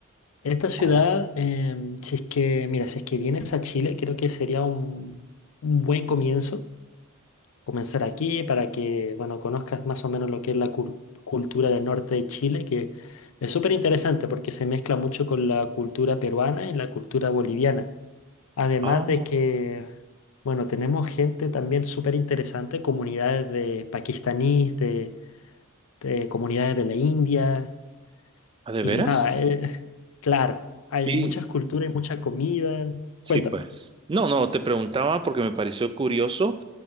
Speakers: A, on the left (about 80°); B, on the right (about 25°).
A: Esta ciudad,
B: Oh,
A: em, si es que, mira, si es que vienes a Chile, creo que sería un, un buen comienzo comenzar aquí para que, bueno, conozcas más o menos lo que es la cul- cultura del norte de Chile, que es súper interesante porque se mezcla mucho con la cultura peruana y la cultura boliviana. Además
B: ah,
A: de que, bueno, tenemos gente también súper interesante, comunidades de pakistaníes, de de comunidades de la India.
B: ¿ah, ¿de
A: Y
B: veras?
A: nada, eh, <laughs> claro, hay
B: Y
A: muchas culturas y mucha comida.
B: sí,
A: Cuéntame.
B: pues. No, no, te preguntaba porque me pareció curioso